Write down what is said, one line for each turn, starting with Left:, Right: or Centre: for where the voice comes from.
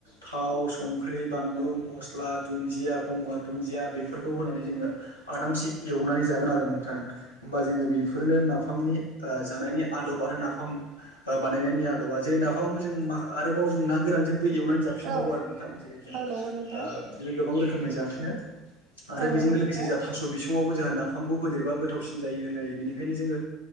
Left: थाव संख्रि बानलु मस्ला मस्ला दुन्दिया गंगार दुन्दिया बेफोरखौ होनानै जोङो आरामसे एवनानै जागोन आरो नोंथां। होमबा जोङो बेफोरनो नाफामनि जानायनि आदब आरो नाफाम ह बानायनायनि आदबा जेरै नाफामखौ जों आरोबाव जों ना गोरानजों बै एवनानै जाफिनबावो
Right: औ
Left: आरो नोंथां जेरै जों
Right: औ नंगौ नोंथां
Left: बिदिनो गोबां रोखोमै जाफिनो आरो
Right: औ
Left: बेजों
Right: नंगौ नोंथां
Left: लोगोसे जोंहा थास' बिसङावबो जों नाफाम नाफामखौ होदेरबा गोथावसिन जायो होनायो बेनिखाय जो